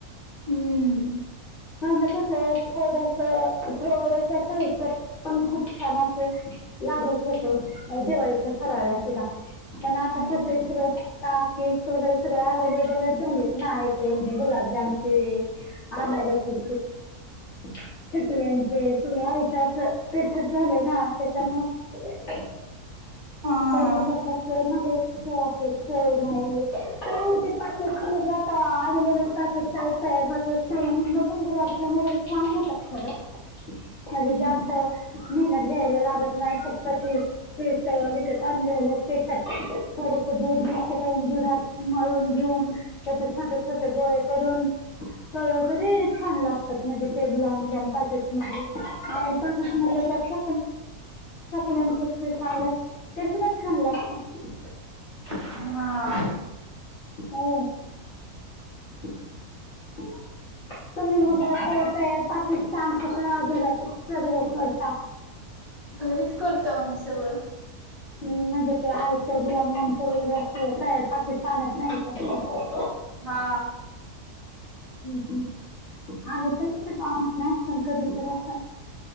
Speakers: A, on the right; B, on the left.
A: हम्म.
B: पहिलं कस थोडस. थोड्याशस हेच्यात पण खूप छान अस लागत होत. दिवाळीचा फराळ. कळ्या सुद्धा. पण आता
A: हम्म
B: कसे सगळे पता केक्स वगैरे, सगळे अव्हेलेबल झालेत. नाही ते म्हजे गुलाबजामचे. अनारसे चिकल्याचे सगळे आयत अस पीठ झालंय ना त्याच्या मुळे
A: हा.
B: पहिल्या सारख ते ना हेच हे अ नाहीच सवय नाहीये, तर मग ती पासेस आता अवेलेबल पास. तिकडच्या साईट राधाकृष्ण मंदिरात गुलाब जामुन छान देतात खरं <unintelligible>
A: हम्म.
B: अस मेहत घ्यायला लागत नाहीत. फक्त पीठअ विकत आणलेले असत. तेच्या थोटसे दूध मिक्स करून. दुधात मळून घेऊन. त्याचे छोटे छोटे गोळे गोळे हे करून. ते किती छान लागतात. म्हणजे ते गुलाबजाम पॅकेट. म्हणजे आम्ही पॅकेट मधलेच चकल्यांचे पीठ आलंय. ते सुद्धा ह लक्ष
A: हा
B: हो तुम्ही उद्या ते तयार पाठ क्रिस्तान घरात सर्व करता
A: घरीच करतो आम्ही सगळं
B: म्हणजे ते आहेत तर गुलाबजामच वगैरे अस तयार पाकिटच आणत नाही का तूम्ही,
A: हा
B: तुम्ही? आम्ही पण विकत आणत नाही कधीतरी असं